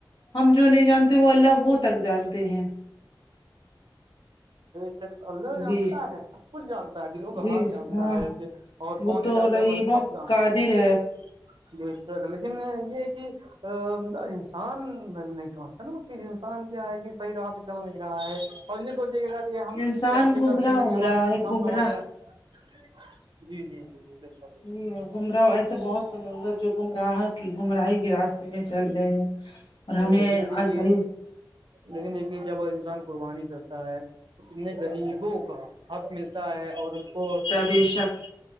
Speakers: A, on the left; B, on the right.
A: ہم جو نہیں جانتے وہ اللہ وہ تک جانتے ہیں
B: شخ اللہلہ نام
A: جی
B: کا ہے سب کچ جانتا ہے دلوں کا
A: جی
B: حال جانتا
A: ہاں
B: ہے اور کون
A: وہ تو
B: کیا گ
A: رحیم
B: ہے
A: و
B: سب جانتا
A: قادر
B: ہے بیس لیکن یہ ہے کہ <unintelligible> ا انسان نہیں سمجھتا نا وہ چیز انسان کیا ہے کہ صحی طرح سےہ چل نہیں رہا ہے اور یہ سوچیے گا گا کہ ہم
A: انسان
B: آگ یہ
A: گمراہ
B: کر دیں گے
A: ہو
B: کہ ہمارے
A: رہا
B: ساتھ
A: ہے
B: کم
A: گمراہ
B: نہ ہو جائے جی جی جی جی شک بے
A: یہ
B: شک
A: ہے گمراہ ایسے بہت سے لگ جو گمراہ کی گمراہی کے راستے میں چل رہے ہیں اور ہمیں
B: لیکن دیکھیے
A: آج صیح <unintelligible>
B: لیکن دیکھیے جب انسان قربانی کرتا ہے تو کت نے غریبوں کا حق ملتا ہے اور ان کو
A: بیشک